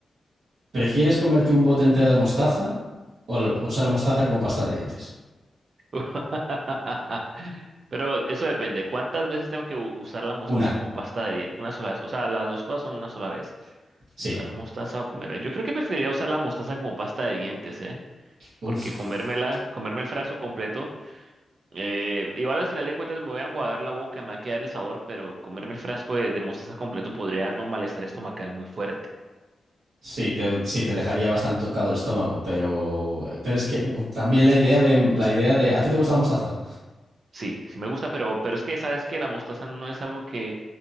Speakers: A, on the right; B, on the right.
A: ¿Prefieres comerte un bote entero de mostaza o l- usar mostaza como pasta de dientes?
B: <laughs> Pero eso depende. ¿Cuántas veces tengo que u- usar la mostaza
A: Una,
B: como pasta de dientes? Una sola vez. O sea, las dos cosas son una sola vez.
A: sí.
B: Usar mostaza o comerme. Yo creo que preferiría usar la mostaza como pasta de dientes, ¿eh?
A: Uf.
B: Porque comérmela, comerme el frasco completo. Eh, igual al final de cuentas me voy a enjuagar la boca, me va a quedar el sabor, pero comerme el frasco de, de mostaza completo podría darme un malestar estomacal muy fuerte.
A: Sí, te, sí, te dejaría bastante tocado el estómago, pero, pero es que uf, también la idea de la idea de ¿a ti te gusta la mostaza?
B: Sí, sí me gusta, pero, pero es que sabes que la mostaza no es algo que,